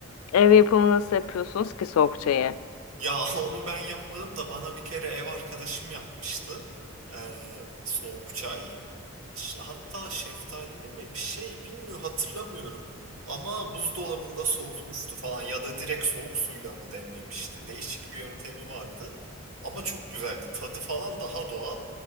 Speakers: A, on the left; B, on the right.
A: Ev yapımı nasıl yapıyorsunuz ki soğuk çayı?
B: Ya <laughs> onu ben yapmadım da bana bir kere ev arkadaşım yapmıştı. Ee, soğuk çay. Ş- Hatta şeftalili mi bir şey bilmiyorum hatırlamıyorum. Ama buzdolabında soğutmuştu falan ya da direkt soğuk suyla mı demlemişti. Değişik bir yöntemi vardı. Ama çok güzeldi. Tadı falan daha doğal.